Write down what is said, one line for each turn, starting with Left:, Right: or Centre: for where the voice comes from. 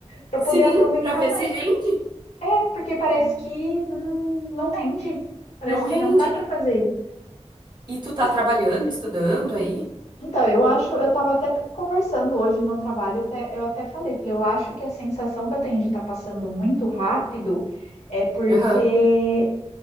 Left: Para
Right: Sim,
Left: poder aproveitar
Right: pra ver
Left: mais,
Right: se rende.
Left: porque, porque parece que não, não rende, parece
Right: Não rende.
Left: que não dá para
Right: E,
Left: fazer.
Right: e tu tá
Left: Mas
Right: trabalhando, estudando aí?
Left: Então, eu acho, eu estava até conversando hoje no trabalho, até- eu até falei, falei, eu acho que a sensação que eu tenho de estar passando muito rápido é porque
Right: Aham.